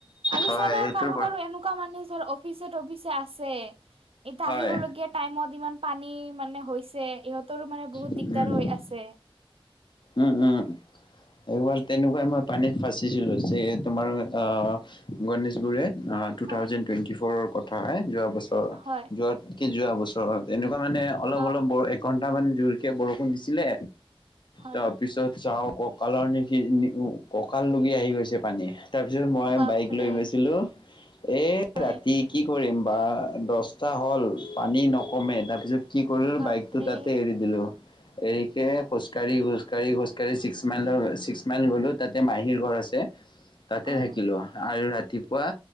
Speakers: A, on the right; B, on the left.
A: আৰু
B: হয়
A: চাবা
B: সেইটোৰ
A: কাৰো
B: পৰা
A: কাৰো এনেকুৱা মানে যাৰ <unintelligible> ফিছে টফিছে আছে, ইয়াত
B: হয়
A: আহিবলগীয়া টাইমত ইমান পানী মানে হৈছে, ইহঁতৰো মানে বহুত
B: উম
A: দিগদাৰ হৈ আছে।
B: উম, উম, এবাৰ তেনেকুৱাই মই পানীত ফাচিছিলো, চে তোমাৰ আ গণেশগুৰেত আ টু
A: হয়
B: থাউজেণ্ড টুৱেণ্টি ফ'ৰৰ কথা হয়, যোৱা বছৰ
A: হয়
B: যোৱাতকে যোৱা বছৰত এনেকুৱা মানে অলপ
A: অ
B: অলপ ব এঘণ্টামান জোৰকে বৰষুণ দিছিলে
A: হয়
B: তাৰপিছত চাও কঁকালৰ নিশি কঁকাল লৈকে আহি গৈছে পানী। তাৰপিছত মই
A: বাপৰে
B: বাইক লৈ গৈছিলোঁ, এ,
A: হয়
B: ৰাতি কি কৰিম, বা দচটা হ'ল পানী নকমে তাৰপিছত কি কৰিলোঁ,
A: বাপৰে
B: বাইকটো তাতে এৰি দিলোঁ, এৰিকে খোজকাৰি, খোজকাৰি, খোজকাৰি চিক্স মাইলৰ ছিক্স মাইল গ'লোঁ তাতে মাহীৰ ঘৰ আছে, তাতে
A: অ
B: থাকিলোঁ আৰু ৰাতিপুৱা